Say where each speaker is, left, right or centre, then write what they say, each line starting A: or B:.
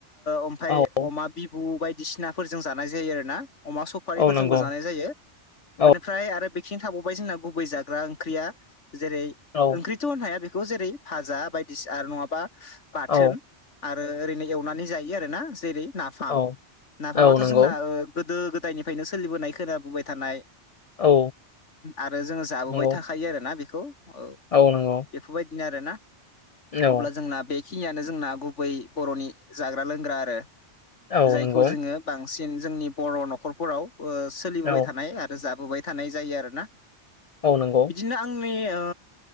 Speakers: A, on the left; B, on the left.
A: ओमफाय
B: औ
A: अमा बिबु बायदिसिनाफोरजों जानाय जायो आरो ना अमा सफारिफोरजोंबो
B: औ नंगौ
A: जानाय जायो।
B: औ
A: बेनिफ्राय आरो बेखिनि थाबावबाय जोंना गुबै जाग्रा ओंख्रिया जेरै
B: औ
A: ओंख्रि <unintelligible> हाया बेखौ जेरै फाजा बायदिसिना आरो नंङाबा बाथोन
B: औ
A: आरो ओरैनो एवनानै जायो आर ना जेरै - नाफाम
B: औ
A: नाफामाथ'
B: औ नंगौ
A: जोंना ओ गोदो गोदायनिफायनो सोलिबोनाय खोनाबोबाय थानाय
B: औ
A: आरो जोंङो जाबोबाय
B: नंगौ
A: थाखायो आरोना बेखौ औ
B: औ नंगौ
A: बेफोरबायदिनो आरो ना
B: औ
A: अब्ला जोंना बेखिनियानो जोंना गुबै बर'नि जाग्रा लोंग्रा आरो
B: औ
A: जायखौ
B: नंगौ
A: जोंङो बांसिन जोंनि बर' न'खरफोराव ओ सोलिबोबाय
B: औ
A: थानाय आरो जाबोबाय थानाय जायो आरो ना।
B: औ नंगौ
A: इदिनो आंनि ओ